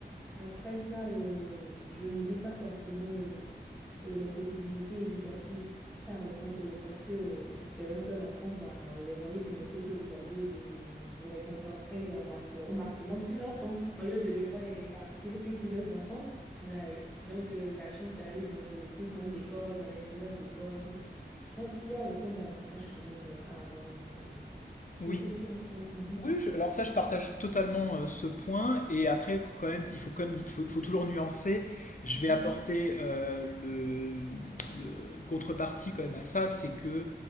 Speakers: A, in the centre; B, on the left.
A: Après ça, euh, je n'oublie pas forcément euh, euh, les possibilités éducatives. Par exemple, euh, parce que euh, c'est un seul enfant, bah, les moyens financiers que vous avez, vous, vous, vous les concentrez en max- au maximum sur l'enfant, au lieu de devoir les répartir sur plusieurs enfants. bah, donc, euh, la chance d'aller dans de plus grandes écoles, dans les meilleures écoles. Donc, je pense qu'il y a autant d'avantages quand même euh, à avoir un enfant unique.
B: Oui.
A: Qu'est-ce que tu en penses? Mhm.
B: Oui, je- alors ça, je partage totalement euh, ce point. Et après, quand même, il faut quand même, il faut, faut toujours nuancer. Je
A: Mhm.
B: vais apporter euh, le, le contrepartie quand même à ça, c'est que